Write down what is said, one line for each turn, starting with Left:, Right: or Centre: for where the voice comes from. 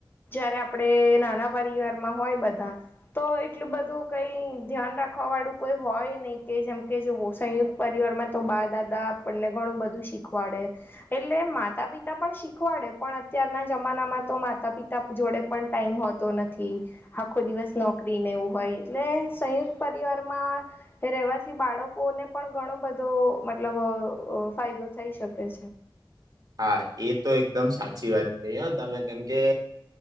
Left: આપણે નાના પરિવારમાં હોય બધા તો એટલું બધું કઈ ધ્યાન રાખ રાખવા વાળું કોઈ હોય નહીં કે જેમ કે જો સંયુક્ત પરિવાર માં તો બા દાદા આપણને ઘણું બધું શીખવાડે એટલે માતા પિતા પણ શીખવાડે પણ અત્યારના જમાનામાં તો માતા પિતા જોડે પણ ટાઈમ હોતો નથી આખો દિવસ નોકરી નેવું હોય એટલે સંયુક્ત પરિવારમાં રહેવાથી બાળકોને પણ ઘણો બધો મતલબ ફાયદો થઈ શકે છે
Right: હા એ તો એકદમ સાચી વાત છે તમે કેમ કે